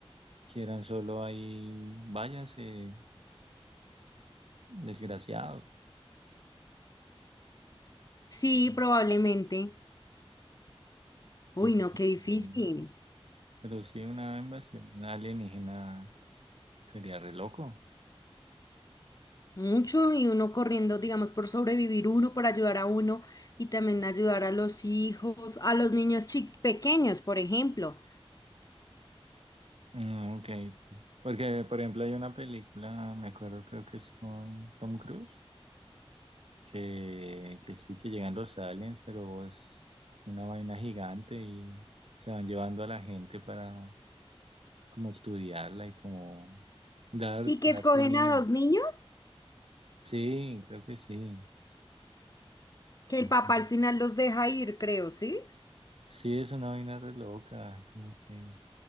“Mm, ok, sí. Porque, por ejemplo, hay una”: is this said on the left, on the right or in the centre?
Right